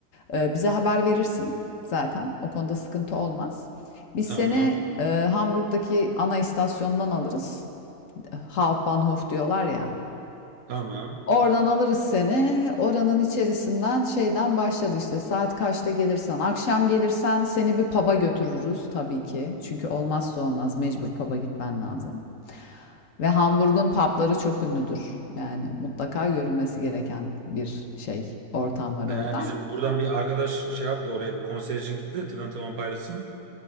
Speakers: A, on the left; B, on the right.
A: Ee, bize haber verirsin zaten. O konuda sıkıntı olmaz. Biz
B: Tamam.
A: seni e, Hamburg'daki ana istasyondan alırız. Hauptbahnhof diyorlar ya.
B: Tamam.
A: Oradan alırız seni. Oranın içerisinden şeyden başlarız işte. Saat kaçta gelirsen, akşam gelirsen seni bir pub'a götürürüz tabii ki. Çünkü olmazsa olmaz mecbur pub'a gitmen lazım. Ve Hamburg'un pub'ları çok ünlüdür. Yani mutlaka görülmesi gereken bir şey, ortam var orada.
B: Ee, bizim buradan bir arkadaş şey yaptı oraya bir konser için gitti de Twenty One Pilots'ın.